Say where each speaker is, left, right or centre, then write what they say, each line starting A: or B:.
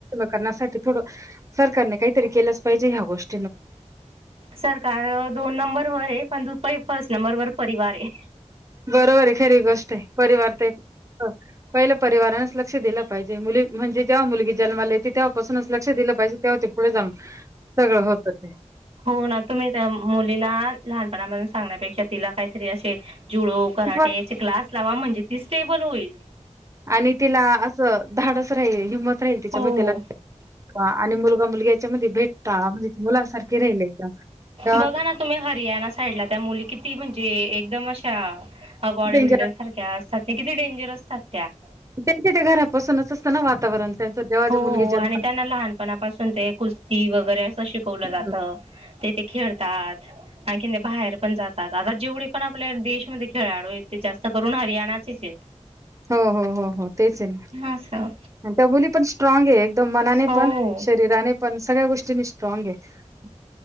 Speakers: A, on the right; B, on the right.
A: करण्यासाठी थोड सरकारने काहीतरी केलच पाहिजे ह्या गोष्टी
B: सरकार दोन नंबरवर आहे पण फर्स्ट नंबर वर परिवार हे
A: बरोबर आहे खरी गोष्ट आहे परिवार तर एक पहिल परिवारानेच लक्ष दिल पाहिजे मुली म्हणजे जेव्हा मुलगी जन्माला येते तेव्हापासुनच लक्ष दिल पाहिजे. तेव्हा ते पुढे जाऊन सगळ होत ते
B: हो ना तुम्ही त्या मुलीला लहानपणापासुन सांगण्यापेक्षा तिला काहीतरी असे जुळो कराट्याचे
A: बरोबर.
B: क्लास लावा म्हणजे तीच स्टेबल होईल
A: आणि तिला अस धाडस राहील हिंमत राहील त्याच्यामध्ये
B: हो
A: त्या आणि मुलगा-मुलगी याच्यामध्ये भेद टाळा म्हणजे मुलांसारख किती राहीले का त्यात
B: बघा ना तुम्ही हरियाणा साईडला त्या मुली किती म्हणजे एकदम अशा हा बॉडी
A: डेंजर
B: बिल्डर सारख्या असतात ते किती डेंजर असतात त्या
A: त्यांच्या त्या घरापासूनच असत ना वातावरण त्यांचं जेव्हा
B: हो
A: मुलगी
B: हो
A: जन्माला
B: आणि त्यांना लहानपणापासुन ते कुस्ती वगैरे शिकवल जात
A: येते तेव्हा.
B: ते ते खेळतात आणखी नाही बाहेर पण जातात आता जेवढे पण आपल्या देशमध्ये खेळाडू आहेत ते जास्त करून हरियाणा चे च आहे
A: हो हो हो हो तेच आहे
B: असं
A: अन त्या मुली पण स्ट्रॉग आहे एकदम मनाने
B: हो
A: पण शरीराने पण सगळ्या गोष्टीनी स्ट्रॉंग आहे